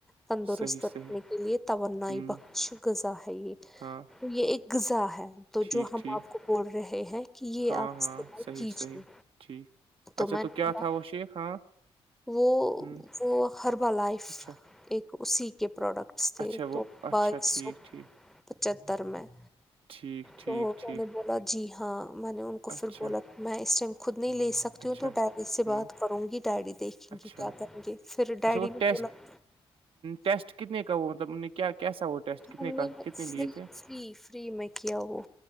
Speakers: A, in the centre; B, on the right.
A: تندرست
B: صحیح
A: رکھنے
B: صحیح
A: کے لیے توانائی
B: ہوں
A: بخش- قزااہئی
B: ہاں
A: تو یہ ایک غذا ہے تو
B: ٹھیک
A: جو ہم
B: ٹھیک
A: آپ کو بول رہے- ہیں کہ یہ
B: ہاں-
A: آپ استعمال
B: ہاں, صحیح-
A: کیجیے
B: صحیح- ٹھیک اچھا
A: میں
B: تو
A: نے
B: کیا کیا
A: بولا
B: تھااو شیف ہاں-
A: وہ-
B: ہوں
A: وہ حربا لائف
B: اچھا
A: ایک اسی کے پروڈکٹ-
B: اچھا وہ
A: تو
B: اچھا
A: بائیس
B: ٹھیک
A: سو
B: ٹھیک
A: پچتر میں-
B: ٹھیک- ٹھیک
A: تو میں
B: ٹھیک
A: نے بولا جی ہاں میں نے ان کو
B: اچھا
A: پھر بولا میں اس ٹائم خود نہیں لے سک- سکتی
B: اچھا
A: ہوں تو ڈیڈی سے
B: ہوں
A: بات کروں گی ڈیڈی دیکھیں
B: اچھا
A: گی کیا کریں گے پھر
B: اچھا
A: ڈیڈی
B: وہ
A: نے
B: ٹیسٹ
A: بولا تختی سے-
B: ٹیسٹ کتنے کا وہ مطلب کیا کیسا وہ ٹیسٹ کتنے
A: ہم
B: کا
A: نے
B: کتنے
A: فری
B: لیے تھے-
A: فری فری میں کیا وہ